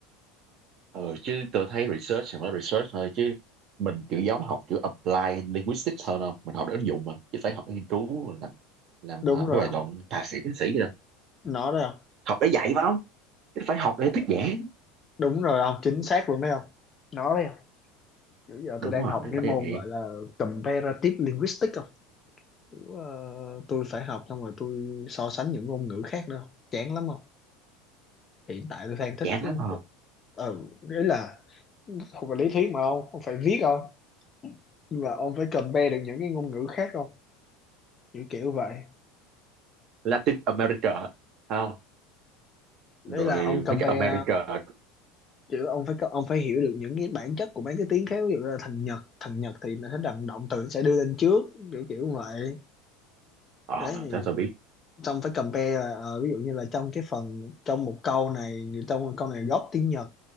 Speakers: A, on the right (about 40°); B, on the left (about 25°).
A: ờ chứ tôi thấy research thì mới research thôi chứ mình kiểu giống học kiểu apply linguistics hơn không mình học để ứng dụng mà chứ phải học để nghiên cứu rồi làm làm
B: đúng
A: ờ,
B: rồi
A: mấy bài
B: không
A: luận thạc sĩ tiến sĩ gì đâu
B: nó đấy không
A: học để dạy phải không chứ phải học để
B: Ờ,
A: thuyết giảng
B: đúng rồi không chính xác luôn đấy không nó đấy không bây giờ
A: đúng
B: tôi đang
A: rồi
B: học
A: bởi
B: cái môn
A: vậy
B: gọi là comparative linguistics không Kiểu, ờ, tôi phải học xong rồi tôi so sánh những ngôn ngữ khác nữa không? chán lắm không hiện tại tôi đang thích
A: chán
B: cái
A: lắm không
B: ừ ý là không phải lý thuyết mà ông ông phải viết không nhưng mà ông phải compare được những cái ngôn ngữ khác không kiểu kiểu vậy
A: Latin America không
B: đấy
A: rồi
B: là ông compare
A: mấy cái America
B: chứ ông phải có- ông phải hiểu được những cái bản chất của mấy cái tiếng khác ví dụ là thằng Nhật thằng Nhật thì nó sẽ đằng động từ sẽ đưa lên trước kiểu kiểu vậy
A: ờ
B: đấy thì
A: thế tôi biết
B: xong phải compare là ờ, ví dụ như là trong cái phần trong một câu này trong một câu này gốc tiếng Nhật